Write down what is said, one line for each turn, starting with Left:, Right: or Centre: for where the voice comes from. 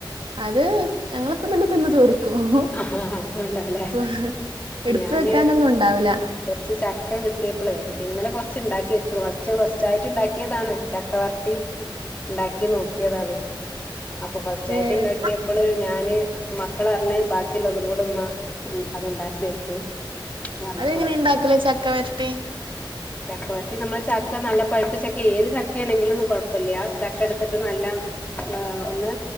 Right: അതെ ഞങ്ങളിപ്പോൾ തന്നെ തിന്ന് തീർക്കും
Left: ആഹ് അതുകൊണ്ടാല്ലേ
Right: ഇപ്പൊ എടുത്ത്
Left: ഞാന്
Right: വെക്കാനൊന്നും ഉണ്ടാവില്ല
Left: കുറച്ച് ചക്ക കിട്ടിയപ്പളേ ഇന്നലെ കൊറച്ച് ഇണ്ടാക്കി വെച്ചു ഫസ്റ്റ് ഫസ്റ്റ് ആയിട്ട് ഇണ്ടാക്കിയതാണ് ചക്കവർ- രട്ടി ഉണ്ടാക്കി നോക്കിയതാണ് അപ്പൊ ഫസ്റ്റ് ആയിട്ട്
Right: ഏഹ്
Left: ഇണ്ടാക്കിയപ്പോള് ഞാന് മക്കള് പറഞ്ഞ്- ബാക്കിയുള്ളതും കൂടെ ഉമ്മ അത് ഉ ണ്ടാക്കി വെക്ക് എന്ന് പറഞ്ഞപ്പളെ
Right: അതെങ്ങനെയ ഇണ്ടാക്കല് ചക്കവെരട്ടി
Left: ചക്കവരട്ടി നമ്മള് ചക്ക നല്ല പഴുത്ത ചക്ക ഏത് ചക്ക ആണെങ്കിലും ഒന്നും കൊഴപ്പമില്ല ചക്ക എടുത്തിട്ട് നല്ല- ഒന്ന്